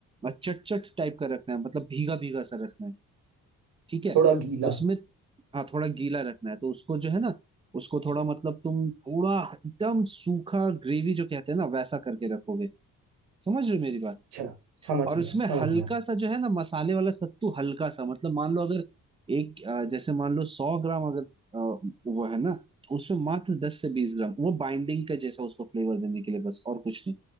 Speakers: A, on the right (about 15°); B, on the right (about 85°).
A: चटचट टाइप का रखना है मतलब भीगा भीगा सा रखना है ठीक है
B: थोड़ा गीला
A: तो उसमें हाँ थोड़ा गीला रखना है तो उसको जो है ना उसको थोड़ा मतलब तुम थोड़ा एकदम सूखा ग्रेवी जो कहते हैं ना वैसा करके रखोगे समझ रहे हो मेरी बात
B: अच्छा समझ
A: और
B: गया
A: उसमें
B: समझ
A: हल्का
B: गया
A: सा जो है ना मसाले वाला सत्तू हल्का सा मतलब मान लो अगर एक अ, जैसे मान लो सौ ग्राम अगर अ, वो है ना तो उसमें मात्र दस से बीस ग्राम वो बाइंडिंग का जैसा उसको फ्लेवर देने के लिए बस और कुछ नहीं